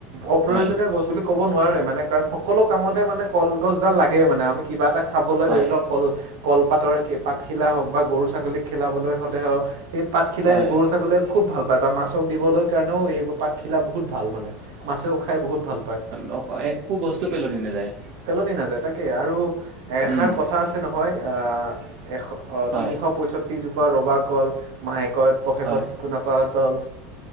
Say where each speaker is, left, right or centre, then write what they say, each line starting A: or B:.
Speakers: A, on the right; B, on the right.
A: অপ্ৰয়োজনীয়
B: হয়
A: বস্তু। বুলি ক'ব নোৱাৰে মানে কাৰণ সকলো কামতে মানে কলগছডাল লাগে মানে আমি কিবা এটা। খাবলৈ
B: হয়
A: ধৰি লওঁক কল কলপাতৰ পাতখিলা হওঁক বা গৰু ছাগলীক খেলাবলৈ হ'লেও। এই পাতখিলাই
B: হয়
A: গৰু ছাগলীয়ে খুব ভাল পায় বা মাছক দিবলৈ কাৰণেও এইবোৰ পাতখিলা। বহুত ভাল মানে মাছেও খাই বহুত ভাল পায়।
B: এক। একো বস্তু পেলনি নাযায়।
A: পেলনি নাযায় তাকেই আৰু এষাৰ
B: উম
A: কথা আছে নহয়, আহ। এশ
B: হয়
A: তিনিশ পয়ষষ্ঠ্ৰিজোপা ৰুবা কল মাহেকত পশেকত।
B: হয়
A: কোনপাতল